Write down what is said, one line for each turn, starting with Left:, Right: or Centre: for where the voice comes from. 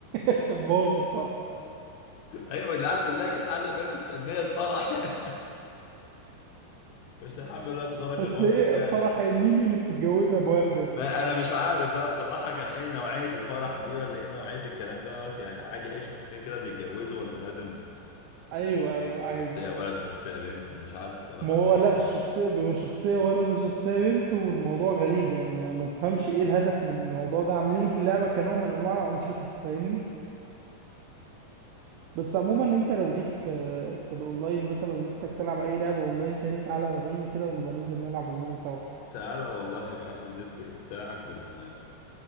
Right: <laughs> بوظ الفرح
Left: ايوه العيال كلها كانت قاعده فاهم مستنيه الفرح <laughs> بس الحمد لله تدارك
Right: اصل
Left: الموقف
Right: ايه
Left: يعني
Right: فرح مين اللي بتتجوزها بوردة دي
Left: ما انا مش عارف بقى بصراحة كان ايه نوعية الفرح دي ولا ايه نوعية الكلام دوت يعني عادي اي شخصيتين كده بيتجوزوا ولا لازم
Right: ايوه ايوه عادي
Left: شخصية ولد وشخصية بنت مش عارف الصراحة
Right: ما هو
Left: الدنيا
Right: لا
Left: كانت
Right: الشخصية
Left: ماشية ازاي
Right: بيبقى شخصية ولد وشخصية بنت والموضوع غريب يعني ما, ما تفهمش ايه الهدف من الموضوع ده عاملينه في اللعبة كنوع من انواع الانشطة فاهمني بس عموما انت لو ليك في في الاونلاين مثلا نفسك تلعب اي لعبة اونلاين تاني تعالى الغيني كده ونبقى ننزل نلعب اونلاين سوا
Left: تعالى والله ابعت لي ديسكورد بتاعك ون...